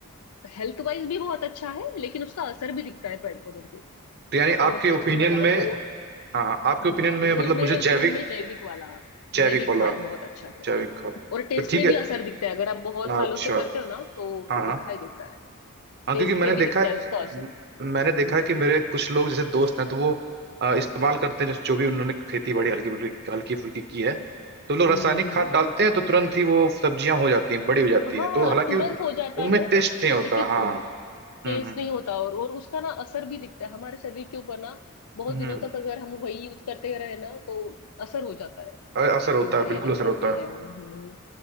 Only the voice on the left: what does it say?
हेल्थ वाइज भी बहुत अच्छा है लेकिन उसका असर भी दिखता है पेड़ पौधे के ऊपर
और
सच
में बताओ
तो
हम्म
मुझ मेरे
ओपिनियन
में जैविक वाला
जैविक
खाद बहुत अच्छा है
और टेस्ट
में
भी असर दिखता है अगर आप बहुत
सालों
से करते हो ना तो
दिखाई देता है
टेस्ट
पे भी
दिखता
है उसका असर
हम्म
हम्म हम्म
हाँ
तुरंत
हो जाता
है
लेकिन
टेस्ट
नहीं होता और और उसका ना असर भी दिखता है हमारे शरीर के ऊपर ना बहुत
दिनों तक अगर हम वही यूज करते रहे ना तो असर हो जाता है
बीमारियां
लग
जाती
है हम्म,